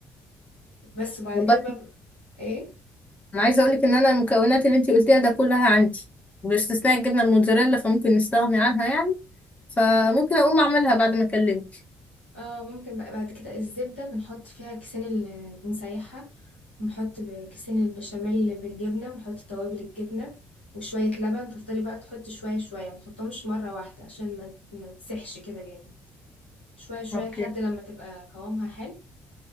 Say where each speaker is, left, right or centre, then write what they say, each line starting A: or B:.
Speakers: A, on the left; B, on the left.
A: بس وبعد
B: والله
A: كده بقى ايه
B: انا عايزة اقولك ان انا المكونات اللي انتي قلتيها ده كلها عندي باستثناء الجبنة الموتزاريلا فممكن نستغني عنها يعني فممكن اقوم اعملها بعد ما اكلمك
A: اه ممكن بقى بعد كده الزبدة بنحط فيها كيسين اللي بنسيحها ونحط ب- كيسين البشاميل بالجبنة ونحط توابل الجبنة وشوية لبن تفضلي بقى تحطي شوية شوية ما تحطهمش مرة واحدة عشان ما ما تسحش كده جامد شوية شوية
B: اوكي
A: لحد لما تبقى قوامها حلو